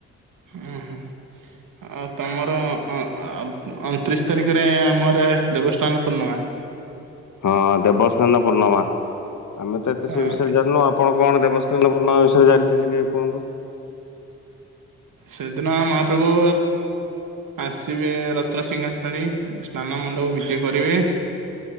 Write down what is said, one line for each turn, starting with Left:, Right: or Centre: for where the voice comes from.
Right: ଉଁ ହୁଁ ଆଉ ତମର ଅଣତିରିଶ ତାରିଖରେ ଆମର ଦେବସ୍ଥାନ ପୂର୍ଣ୍ଣିମା।
Left: ହଁ ଦେବସ୍ନାନ ପୂର୍ଣ୍ଣିମା ଆମେ ତ ଏତେ
Right: ହଁ
Left: ସେ ବିଷୟରେ ଜାଣିନୁ ଆପ ଆପଣ କଣ ଦେବସ୍ନେନ ପୂଣ୍ଣାମା ବିଷୟରେ ଜାଣିଛନ୍ତି ଟିକେ କୁହନ୍ତୁ। <inaudible>
Right: ସେଦିନା ମହାପ୍ରଭୁ ଆସିବେ ରତ୍ନସିିଂହ ଶାଳୀ ସ୍ନାନ ମୁଣ୍ଡପକୁ ବିଜେ କରିବେ।